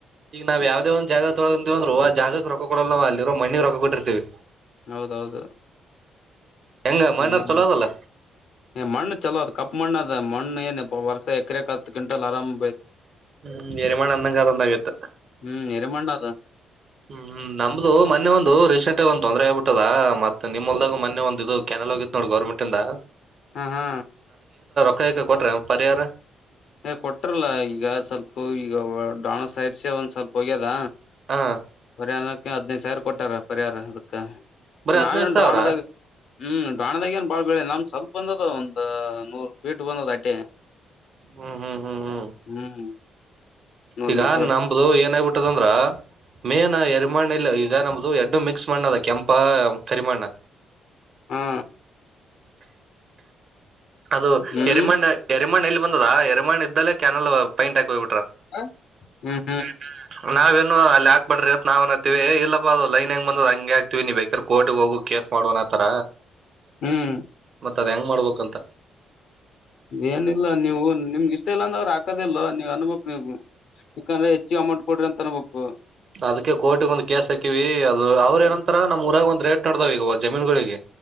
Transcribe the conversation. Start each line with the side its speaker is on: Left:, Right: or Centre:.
Right: ಈಗ ನಾವ ಯಾವ್ದದ ಒ್ ಜಾಗ ತೊಳಗೊಂಡೀವಂದ್ ಆ ಜಾಗಕ್ ರೊಕ್ಕ ಕೊಡಲ್ಲವ ಅಲ್ಲಿರೋ ಮ್ಣಿಗೆ ರೊಕ್ಕ ಕೊಟ್ಟರ್ತತಿವಿ
Left: ಹೌದೌದು
Right: ಹೆಂಗ ಮಣ್ಣರ್
Left: ಹ್ಮ್
Right: ಚಲೋ ಅದಲ್ಲ
Left: ಮಣ್ಣ ಚಲೋದು ಕಪ್ಪ ಮಣ್ಣದ ಮಣ್ಣ ವರ್ಷ ಎಕರೆಕತ್ತು ಕ್ವಿಂಟಲ್ ಆರಾಮ್
Right: ಹ್ಮ್ ಎರಿಮಾಣ ಅಂದಂಗ ಅ ಆದಂದ ಆಗತ್ತು
Left: ಹ್ಮ್ ಎರೆ ಮಣ್ಣ ಅದ
Right: ಹ್ಮ್್ಮ್ ನಮ್ದ ಮೊೆ ಒಂದು ರೀಸೆಂಟ್ಗ ಒಂದ್ೊಂದರೆ ಆಗ್ಿಬಿಟ್ಟದ ಮತ್ ನಿಮಮ್ಮಲ್ದಾಗ ಮೊೆ ಒಂದು ಇದು ಕೆ ನ ಹೋಗಿ ನೋಡಿ ಗೌರ್ಮೆಟ್ ಇಂದ
Left: ಹಾ ಹಾ
Right: ಕ್ಕಾಯಕ ಕೊಟ್ರೆ ಪರಿಹಾರ
Left: ಏ ಕೊಟ್ರಲ್ಲ ಈಗ ಸ್ವಲ್ಪ ಈಗ ಡಾಣ ಸೈರ್ಸಿ ಒಂದ್ ಸ್ವಲ್ಪ ಹೋಗ್ಯದ
Right: ಹಾ
Left: ಪರಿಹಾರಕ್ಕೆ ಹದ್ಿನೈದದು ಸಾವಿರ ಕೊಟ್ಟಾರ ಪರಿಹಾರ ಅದಕ್ಕ
Right: ಬರೀ ಹದ್ನೈದು
Left: ನಾವೇನ್
Right: ಸಾವಿರ
Left: ಡೋಣ ಹ್ಮ್ ಡೋಾಣದಾಗ ಏನ್ ಬಾಳ್ ಬೆಳಿ ನಮ್ ಸ್ವಲ್ಪ ಬಂದದ ಒಂದ್ ನೂರ್ ಫೀಟ್ ಬಂದದ ಅಟ್ಟೆ.
Right: ಹ್ಮ್ ಹ್ಮ್ ಹ್ಮ್ ಹ್ಮ್
Left: ಹ್ಮ್ ನೂರ್
Right: ಈಗ
Left: ಮೀಟ್ರ
Right: ನಂಬ್ದ ಏನಾಗಬಿಟ್ಟದಂದ್ರ ಮೇನ್ ಎರಿಮಾಣ್ಣ ಈಗ ನಮದು ಎರಡು ಮಿಕ್ಸ್ ಮಣ್ಣ ಅದ ಕೆಂಪ ಕರಿಮಣ್ಣ
Left: ಹಾ
Right: ಅದು
Left: ಹ್ಮ್
Right: ಎರಿ ಮಣ್ಣ ಎರಿ ಮಣ್ಣ ಲ್. ಬಂದದಾ ಎರಿ ಮಣ್ಣ ಇದ್ದಲ್ಲೇ ಕ್ಯನಲ್ ಪೈಂಟ್ ಹಾಕ್ ಹೋಗ್ಬಿಟರ.
Left: ಹ್ಮ.
Right: ಹ್ಮ್ಮ್ ಹ್ಮ್ಮ್ ನಾವೇನು ಅಲ್ಲಿ ಹಾಕ್ಬಡ್ರಿ ಅಂತ ನಾವ್ ಅನತಿವಿ ಏ ಇಲ್ಲಪ್ಪ ಅದು ಲೈನ್ ಹೆಂಗ ಬಂದದ ಹಂಗೆ ಹಾಕ್ತಿವಿ ನೀ ಬೇಕಿರ್ ಕೊರ್ಟಿಂಗ್ ಹೋಗು ಕೇಸ್ ಮಾಡು ಅನಾತರ.
Left: ಹ್ಮ್
Right: ಮತ್ತ ಅದ್ ಹೆಂಗ್ ಮಾಡ್ಬೇಕಂತ.
Left: ಏನಿಲ್ಲ ನೀವು ನಿಮ್ಗ್ ಇಷ್ಟ ಇಲ್ಲ ಅಂದ ಅವ್ರು ಹಾಕೋದಿಲೊ ನೀವ್ ಅನ್ಬಕ್ ನೀವ. ಯಕಂದ್ರೆ ಹೆಚ್ಚಿಗ್ ಅಮೌಂಟ್ ಕೊಡ್ರಿ ಅಂತ ಅನ್ಬೇಕು.
Right: ಅದಕ್ಕೆ ಕೋಟಿಗ್ ಒಂದ್ ಕೇಸ್ ಹಾಕಿವಿ ಅದು ಅವ್ರ ಏನಂತಾರ ನಮ್ ಊರಾಗ ಒಂದ್ ರೇಟ್ ನಡ್ದಾವ್ ಈಗ ಜಮೀನುಗಳಿಗಿ.